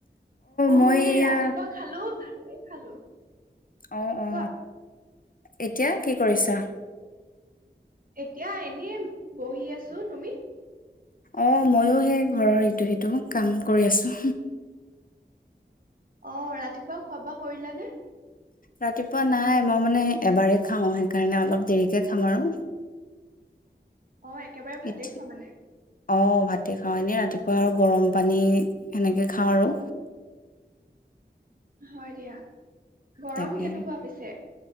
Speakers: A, on the right; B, on the left.
A: অ',
B: মই
A: সেই
B: এয়া
A: ৰাতিপুৱা খালো ভাতে খালো।
B: অ অ
A: কোৱা
B: এতিয়া, কি কৰিছা।
A: এতিয়া এনে বহি আছো, তুমি?।
B: অ', ময়ো সেই ঘৰৰ ইটো সিটো কাম কৰি আছো
A: অ', ৰাতিপুৱা খোৱা-বোৱা কৰিলানে?।
B: ৰাতিপুৱা নাই, মই মানে এবাৰেই খাওঁ সেইকাৰণে অলপ দেৰিকে খাম আৰু।
A: অ', একেবাৰে ভাতে
B: এতিয়া
A: খোৱা মানে।
B: অ', ভাতে খাওঁ এনেই ৰাতিপুৱা আৰু গৰম পানী সেনেকে খাওঁ আৰু।
A: হয় দিয়া। গৰম
B: তাকে
A: কেনেকুৱা পিছে।